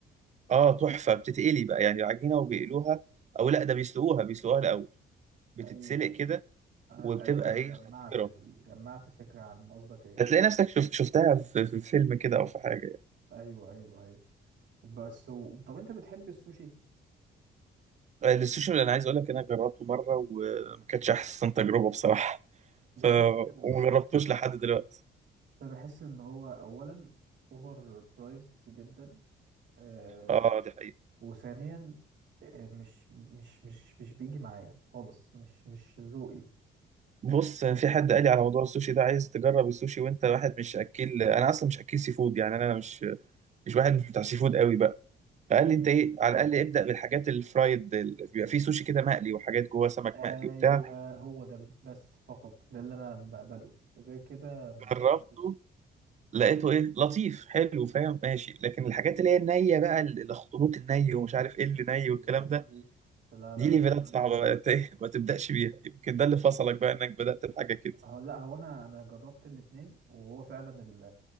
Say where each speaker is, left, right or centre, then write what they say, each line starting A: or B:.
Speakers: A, on the right; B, on the right.
A: اه تحفه بتتقلي بقى يعني العجينه وبيقلوها او لا ده بيسلقوها بيسلقوها الاول بتتسلق
B: اه ايوه
A: كده
B: انا
A: وبتبقى
B: تقريبا
A: ايه
B: جمعت
A: خطيره
B: ال... جمعت فكره عن قصدك ايه
A: هتلاقي نفسك شفت شفتها في في فيلم كده او في حاجه يعني.
B: ايوه ايوه ايوه بس و... طب انت بتحب السوشي
A: آه، السوشي اللي انا عايز اقول لك انا جربته مره وما كانتش احسن تجربه بصراحه
B: بالظبط
A: ف
B: كده صح
A: وما جربتوش لحد دلوقتي
B: فبحس ان هو اولا اوفر برايزد جدا آه
A: اه دي حقيقة
B: وثانيا آه مش مش مش مش بيجي معايا خالص مش مش ذوقي
A: بص
B: يعني
A: في حد قال لي على موضوع السوشي ده عايز تجرب السوشي وانت واحد مش اكل انا اصلا مش اكل سي فود يعني انا مش مش واحد مش بتاع سي فود قوي بقى فقال
B: آه.
A: لي انت ايه على الاقل ابدا بالحاجات الفرايد ال- بيبقى فيه سوشي كده مقلي وحاجات جوه سمك
B: ايوه
A: مقلي وبتاع
B: هو ده بس فقط ده اللي انا بقبله غير كده ما
A: جربته
B: ماليش
A: لقيته ايه لطيف حلو فاهم ماشي لكن الحاجات اللي هي النيه بقى ال- الاخطبوط الني ومش عارف ايه اللي ني والكلام
B: في الحاجات
A: ده
B: دي لا
A: دي
B: لا ما
A: ليفلات
B: بديش
A: صعبه بقى انت ايه ما تبداش بيها يمكن ده اللي
B: ما
A: فصلك
B: بديش
A: بقى انك بدات بحاجه كده
B: هو لا هو انا انا جربت الاتنين وهو فعلا ال-